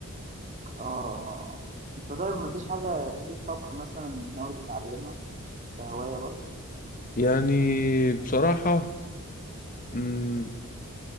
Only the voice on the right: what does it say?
اه انت طيب مفيش حاجة غير الطبخ مثلا ناوي تتعلمها كهواية برضو